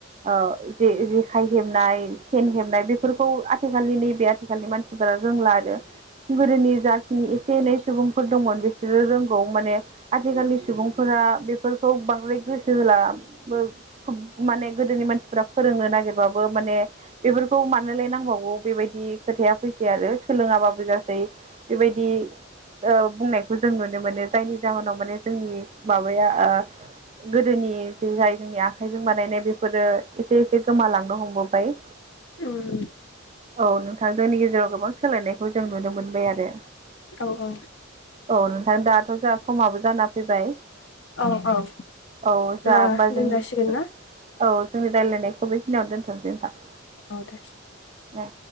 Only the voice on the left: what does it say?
औ।
औ औ।
औ औ
अब्ला
दोनजासिगोन
ना
औ दे